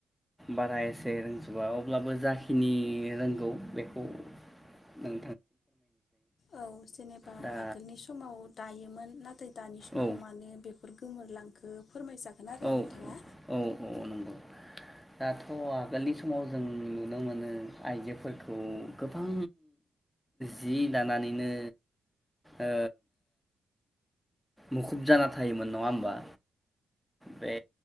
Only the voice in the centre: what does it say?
बारा एसे रोंजोबा अब्लाबो जाखिनि रोंगौ बेखौ ओ
दा
औ
औ
औ नंगौ दाथ आगोलनि समाव जों नुनो मोनो आइजोफोरखौ गोबां जि दानानैनो ओ मुखुब जाना थायोमोन नङा होमबा बे